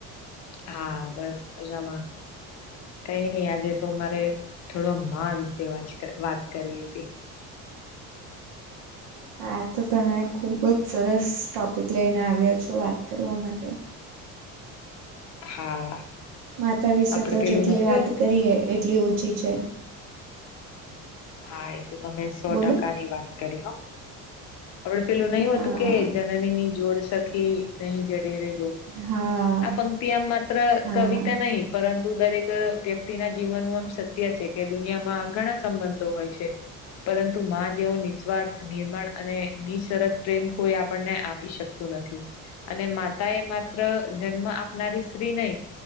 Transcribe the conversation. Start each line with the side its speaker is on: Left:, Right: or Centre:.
Left: હા બસ મજામાં. કઈ નહી આજે તો મારે થોડો <unintelligible> વાત કરવી હતી.
Right: આ તો તમે ખૂબ જ સરસ ટોપિક લઈને આવ્યા છો વાત કરવા માટે.
Left: હા.
Right: માતા વિશે
Left: આપડે
Right: તો
Left: પેલું
Right: જેટલી
Left: નથી
Right: વાત
Left: હોતું
Right: કરીએ એટલી ઓછી છે.
Left: હા એ તો તમે સો
Right: બોલો
Left: ટકા ની વાત કરી હો. આપડે પેલું નઈ હોતું
Right: હા
Left: કે જનની ની જોડ સખી નહી જડે રે
Right: હા
Left: આ પંક્તિ આમ માત્ર
Right: હા
Left: કવિતા નહી પરંતુ દરેક વ્યક્તિના જીવનનું આમ સત્ય છે કે દુનિયામાં ઘણા સંબંધો હોય છે. પરંતુ માં જેવો નિસ્વાર્થ નિર્માણ અને બિન શરત પ્રેમ કોઈ આપણને આપી શકતું નથી. અને માતા એ માત્ર જન્મ આપનારી સ્ત્રી નહી.